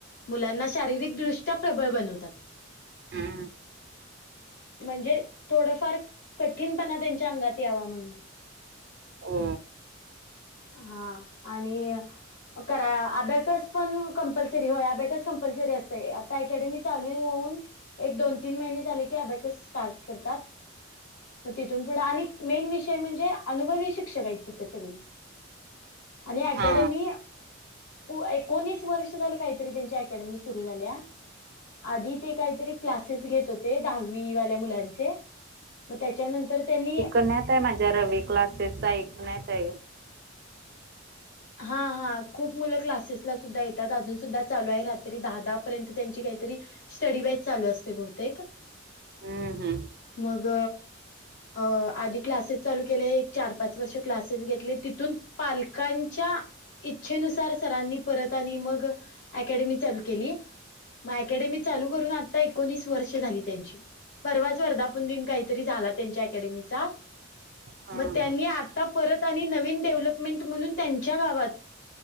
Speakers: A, on the left; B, on the right.
A: मुलांना शारीरिकदृष्ट्या प्रबळ बनवतात
B: हम्म
A: म्हणजे थोडफार कठीणपणा त्यांच्या अंगात यावा म्हणून
B: हो
A: हा आणि करा अंबकस पण कंपल्सरी हो अंबकस कंपल्सरी असते आता अकॅडमी चालू होऊन एक दोन तीन महिने झाले की अभ्याक स्टार्ट करतात. मग तिथून पुढं आणि मेन विषय म्हणजे अनुभवी शिक्षक आहेत तिथे सगळी. आणि अकॅडमी
B: हा
A: एकोणीस वर्ष झालं काहीतरी त्यांची अकॅडमी सुरू झाल्या. आधी ते काहीतरी क्लासेस घेत होते दहावी वाल्या मुलांचे. मग त्याच्यानंतर त्यांनी.
B: ्या. <unintelligible> जरा रविक्लासेस ऐक नाहीत आहे.
A: हा हा खूप मुलं क्लासेसला. सुद्धा येतात अजून सुद्धा चालू आहे रात्री दहा वाजेपर्यंत त्यांची स्टडी बॅच चालू असते बहुतेक
B: हम्म हम्म
A: मग. अ आधी क्लासेस चालू केले एक चार पाच वर्ष क्लासेस घेतले तिथून पालकां. च्या इच्छेनुसार सरांनी परत आणि मग अकडमी चालू केली. मग अकॅडमी चालू करून आता एकोणीस वर्ष झाली त्यांची परवाच वर्धापून दिन काहीतरी झाला. त्यांच्या अँकॅडमी चा
B: हा
A: मग त्यांनी आता पर आणि नवीन डेव्हलपमेंट म्हणून त्यांच्या गावात